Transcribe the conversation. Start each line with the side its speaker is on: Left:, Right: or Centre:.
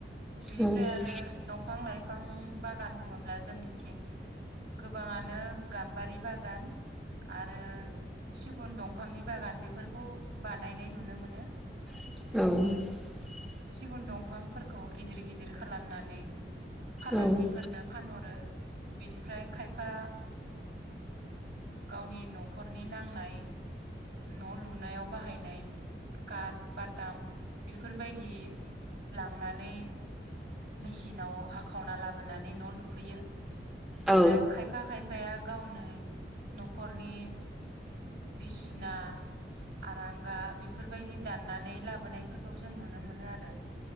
Right: बेनिफ्राय
Centre: औ
Right: आरो दं बिफां लाइफां बागान बुङोब्ला जोंनिथिं गोबाङानो गाम्बारि बाग गान आरो सिगुन दं बिफांनि बागान बेफोरखौ बानायनाय नुनो मोनो।
Centre: <inaudible>
Right: सिगुन दंफांफोरखौ गिदिर गिदिर खालामनानै फालांगिफोरनो
Centre: औ औ
Right: फानहरो बेनिफ्राय खायफा गावनि न'खरनि नांनाय न' लुनायाव बाहायनाय काट बाटाम बेफोरबायदि लांनानै मेसिनाव हाखावना लाबोनानै न' लुफैयो ओमफ्राय
Centre: औ
Right: खायफा खायफाया नै न'खरनि बिसिना आरांगा बेफोरबायदि दाननानै लाबोनायफोरखौ जों नुनो मोनो आरो